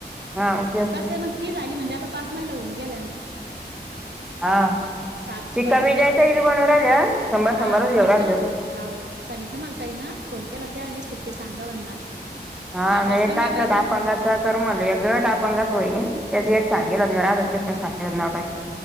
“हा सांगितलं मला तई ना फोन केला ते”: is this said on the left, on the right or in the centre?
Right